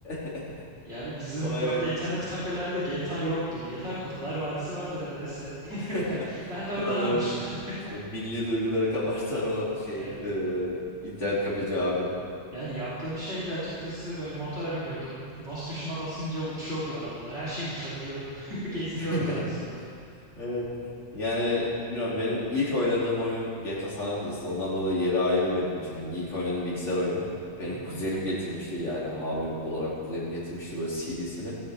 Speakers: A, on the left; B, on the right.
A: <laughs>
B: Ya abi bizim
A: O evet
B: orada internet kafelerde GTA yoktu. GTA Kurtlar Vadisi vardı nedense. <laughs>
A: <laughs>
B: Ben ben de oradan
A: Olabilir.
B: almıştım. <laughs>
A: İşte milli duyguları kabartan o şey
B: Evet.
A: e, internet kafeci abinin.
B: Yani yaptığım şey de açıkçası böyle motora biniyordum. NOS tuşuna basınca uçuyordu arabalar. Her şey uçabiliyordu. <laughs> Geziniyordum
A: <laughs>
B: sağda solda.
A: Evet. Yani bilmiyorum benim ilk oynadığım oyun GTA San Andreas. Ondan dolayı yeri ayrı benim için. Yani ilk oynadığım bilgisayar oyunu. Benim
B: Hı hı,
A: kuzenim getirmişti yani abim olarak kuzenim getirmişti böyle CD'sini.